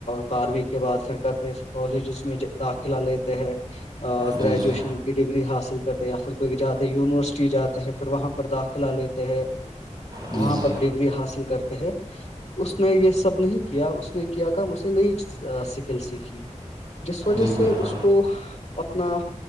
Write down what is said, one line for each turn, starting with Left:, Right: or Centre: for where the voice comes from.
Left: بارہویں کے بعد پھر کرتے ہیں کالجز میں داخلہ لیتے ہیں گریجویشن
Right: جی جی
Left: کی ڈگری حاصل کرتے ہیں یا پھر کوئی جاتے ہے یونیورسٹی چی جاتے ہیں پھر وہاں پر داخلہ لیتے ہیں
Right: جی
Left: وہاں
Right: جی
Left: پر ڈگری حاصل کرتے ہیں اس نے یہ سب نہیں کیا اس نے کیا کام اس نے نئی سکل سیکھی جس وجہ
Right: جی بالکل
Left: سے اس کو اپنا